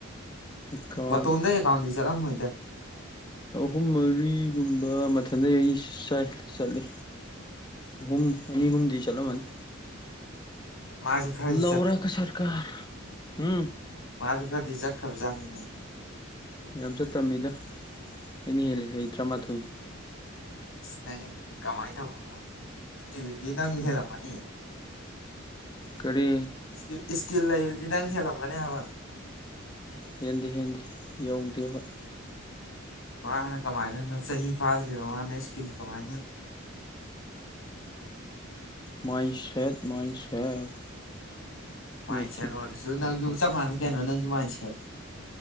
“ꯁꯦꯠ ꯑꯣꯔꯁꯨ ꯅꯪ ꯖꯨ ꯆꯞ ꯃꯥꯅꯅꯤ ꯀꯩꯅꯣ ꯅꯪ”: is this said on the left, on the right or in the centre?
Left